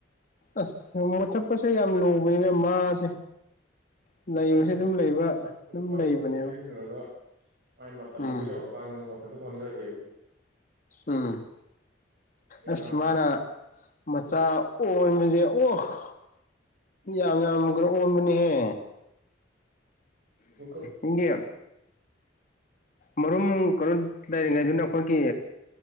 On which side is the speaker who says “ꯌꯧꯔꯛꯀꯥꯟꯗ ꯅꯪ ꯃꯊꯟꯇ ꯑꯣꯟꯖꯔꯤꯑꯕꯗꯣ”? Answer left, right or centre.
Right